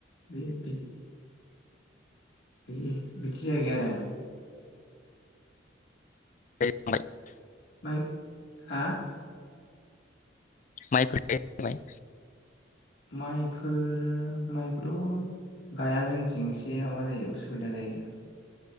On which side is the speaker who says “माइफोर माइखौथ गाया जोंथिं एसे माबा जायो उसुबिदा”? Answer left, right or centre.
Left